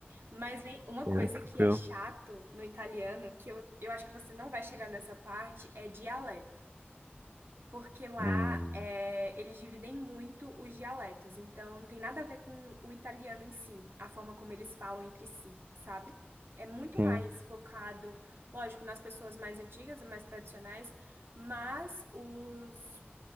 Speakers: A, on the right (about 70°); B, on the right (about 55°).
A: Mas vem uma
B: É,
A: coisa
B: tranquilo.
A: que é chato no italiano, que eu, eu acho que você não vai chegar nessa parte, é dialeto. Porque lá
B: Hum,
A: é, eles dividem muito os dialetos, então não tem nada a ver com o italiano em si, a forma como eles falam entre si, sabe? É muito
B: sim,
A: mais focado, lógico, nas pessoas mais antigas, mais tradicionais, mas os,